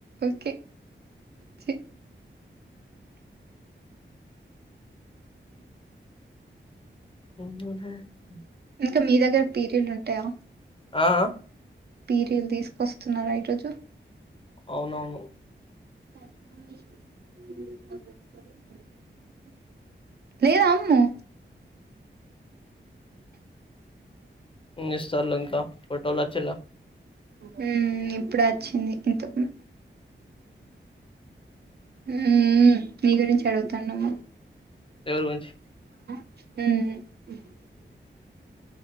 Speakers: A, on the right; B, on the left.
A: ఓకే ఛీ
B: అ <inaudible>
A: ఇంకా మీ దగ్గర పీరియడ్ ఉంటయా
B: ఆ అ
A: పీరియల్ తీసుకొస్తున్నారా ఈ రోజు
B: అవునవును
A: <inaudible> లేదా అమ్ము
B: ఇస్తార్లంకా పటోల్ వచ్చిల్లా
A: మ్ ఇప్పుడు వచ్చింది ఇంతకు ఉ మీ గురించి అడుగుతుాన్నామ
B: ఎవరు మంచ్
A: హుమ్